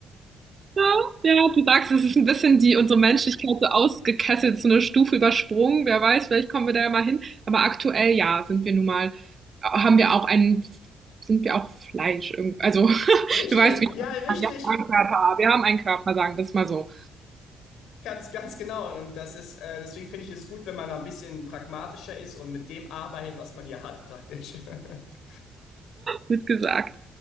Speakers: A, on the right (about 40°); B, on the left (about 85°).
A: Ja, ja, du sagst, es ist ein bisschen die unsere Menschlichkeit so ausgekesselt, so eine Stufe übersprungen. Wer weiß, vielleicht kommen wir da ja mal hin. Aber aktuell, ja, sind wir nun mal, haben wir auch einen, sind wir auch Fleisch. irgend- Also, <laughs>
B: Richtig,
A: du weißt, wie
B: ja, richtig.
A: wir haben einen Körper, wir haben einen Körper, sagen wir es mal so.
B: Ganz, ganz genau. Und das ist, äh, deswegen finde ich es gut, wenn man ein bisschen pragmatischer ist und mit dem arbeitet, was man hier hat, praktisch. <laughs>
A: Wird gesagt.